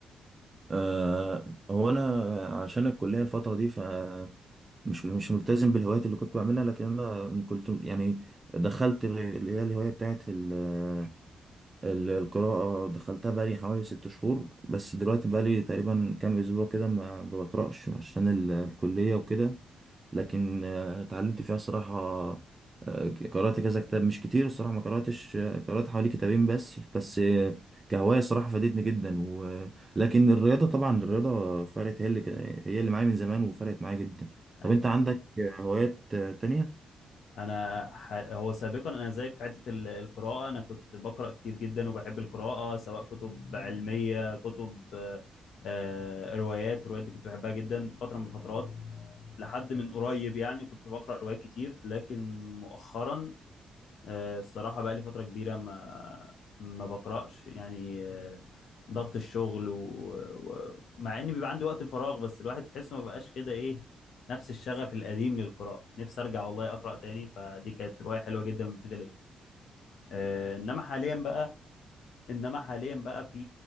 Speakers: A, on the right; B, on the left.
A: أه. هو أنا عشان الكلية الفترة دي ف مش مش ملتزم بالهوايات اللي كنت بعملها لكن انا كنت يعني دخلت اللي هي الهوايه بتاعت ال- ال- القراءه دخلتها بقالي حوالي ست شهور بس دلوقتي بقالي تقريبا كام اسبوع كده ما بقراش عشان ال- الكليه وكده لكن آه، اتعلمت فيها صراحة آه، قرأت كذا كتاب مش كتير الصراحة ما قرأتش آه، قرأت حوالي كتابين بس بس آه، كهواية صراحة فادتني جدا و... لكن الرياضة طبعا الرياضة فرقت هي اللي هي اللي معايا من زمان وفرقت معايا جدا طب
B: أيوه
A: انت عندك
B: أيوه
A: هوايات آه، تانية؟
B: انا ح... هو سابقا انا زيك في حته ال- القراءه انا كنت بقرا كتير جدا وبحب القراءه سواء كتب علميه كتب آه، آه، روايات روايات دي كنت بحبها جدا فتره من الفترات لحد من قريب يعني كنت بقرا روايات كتير لكن مؤخرا آه، الصراحة بقى لي فترة كبيرة ما ما بقرأش يعني آه، ضغط الشغل ومع إن بيبقى عندي وقت فراغ بس الواحد تحسه ما بقاش كده إيه نفس الشغف القديم للقراءة نفسي أرجع والله أقرأ تاني فدي كانت رواية حلوة جدا ومفيدة ليا آه، إنما حاليا بقى إنما حاليا بقى في